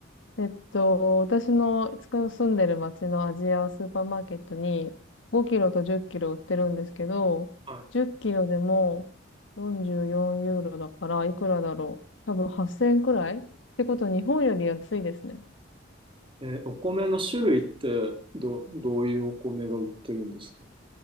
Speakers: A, on the left; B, on the right.
A: えっと、私のつく住んでる町のアジアスーパーマーケットに5キロと10キロ売ってるんですけど、
B: は
A: 10キロでも44ユーロだからいくらだろう。多分8000円くらいってこと日本より安いですね。
B: い。えーお米の種類ってど、どういうお米が売ってるんですか